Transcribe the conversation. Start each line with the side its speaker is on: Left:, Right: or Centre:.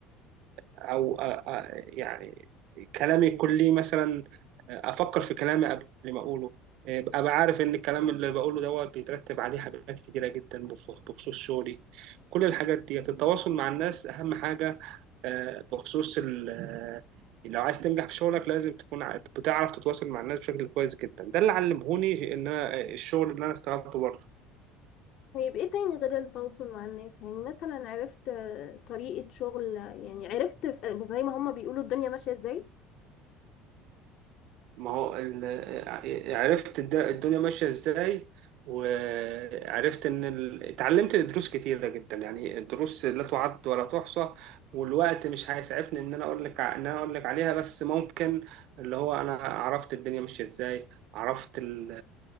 Right: او آه، يعني كلامي يكون ليه مثلا افكر في كلامي قبل ما اقوله ابقى عارف ان الكلام اللي بقوله دوت بيترتب عليه حاجات كتيره جدا بخصوص بخصوص شغلي كل الحاجات دي التواصل مع الناس اهم حاجه آه، بخصوص ال- آه، لو عايز تنجح في شغلك لازم تكون ع- بتعرف تتواصل مع الناس بشكل كويس جدا ده اللي علمهوني ان انا الشغل اللي انا اشتغلته بره
Left: طيب ايه تاني غير التواصل مع الناس يعني مثلا عرفت آه، طريقة شغل آه، يعني عرفت ف- آه، زي ما هما بيقولوا الدنيا ماشية ازاي
Right: ما هو ال- ع- عرفت الد- الدنيا ماشية ازاي وعرفت ان ال... اتعلمت دروس كتيرة جدا يعني الدروس لا تعد ولا تحصى والوقت مش هيسعفني ان انا اقول لك ع- ان انا اقول لك عليها بس ممكن اللي هو انا عرفت الدنيا ماشية ازاي عرفت ال...